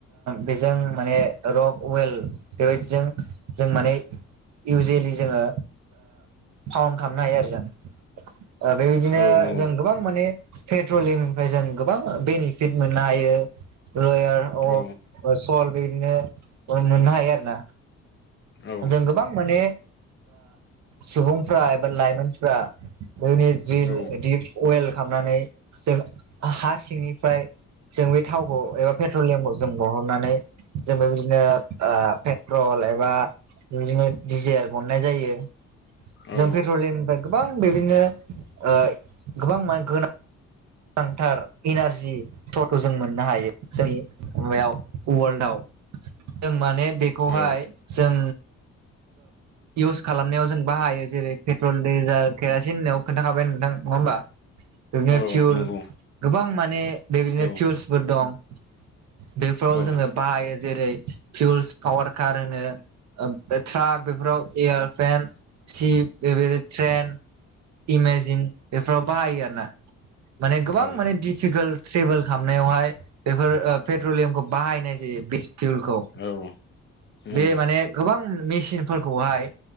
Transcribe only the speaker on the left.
औ नंगौ
औ
औ
औ
औ
औ
औ
नंगौ
औ
औ
औ
औ उम